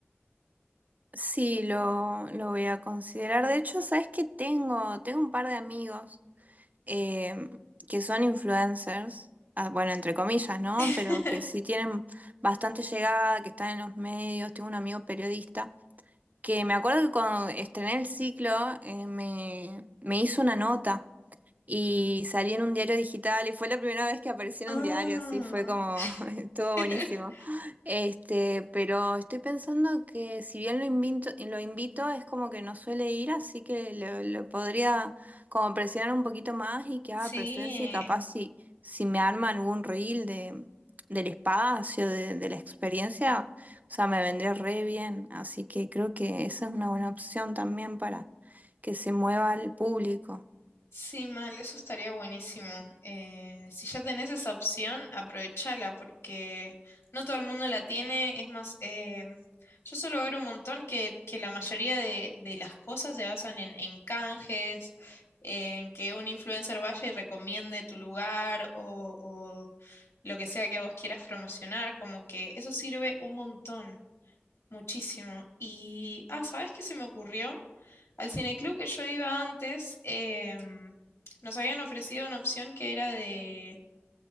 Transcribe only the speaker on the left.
<laughs>
Ah.
<laughs>
Sí,
sí, mal, eso estaría buenísimo. Eh, si ya tenés esa opción, aprovechala porque no todo el mundo la tiene. Es más, eh, yo suelo ver un montón que, que la mayoría de, de las cosas se basan en, en canjes, en que un influencer vaya y recomiende tu lugar o o lo que sea que vos quieras promocionar, como que eso sirve un montón. muchísimo. Y, ah, ¿sabes qué se me ocurrió? Al cineclub que yo iba antes, em, nos habían ofrecido una opción que era de,